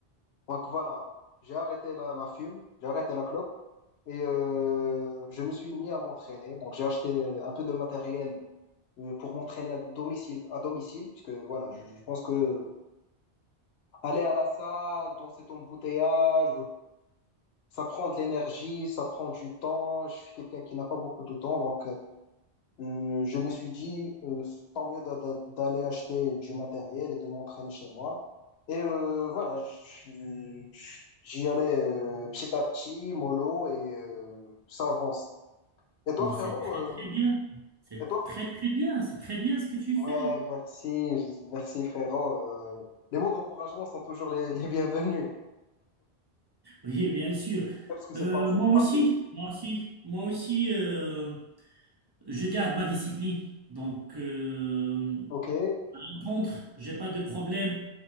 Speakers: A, on the left; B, on the right.
A: Donc, voilà, j'ai arrêté la, la fume, j'ai arrêté la clope. Et euh, je me suis mis à m'entraîner. Donc, j'ai acheté euh, un peu de matériel euh, pour m'entraîner à domicile, à domicile, puisque voilà, je, je pense que aller à la salle dans cet embouteillage, ça prend de l'énergie, ça prend du temps. Je suis quelqu'un qui n'a pas beaucoup de temps, donc euh, je me suis dit euh, tant mieux d'a- d'a- d'aller acheter du matériel et de m'entraîner chez moi. Et euh, voilà, je- je- j'y allais euh, petit à petit, mollo, et euh, ça avance. Et toi,
B: mais
A: frérot,
B: c'est très
A: euh,
B: très bien. C'est
A: et toi,
B: très très bien, c'est très bien ce que tu fais.
A: Ouais,
B: <laughs>
A: merci, je- merci frérot. Euh, les mots d'encouragement sont toujours les, les bienvenus,
B: Oui, bien sûr.
A: Ouais, parce que c'est
B: Euh,
A: pas, c'est
B: moi
A: pas facile.
B: aussi, moi aussi, moi aussi, euh, je garde ma discipline. Donc, euh,
A: Ok,
B: contre, j'ai pas de problème.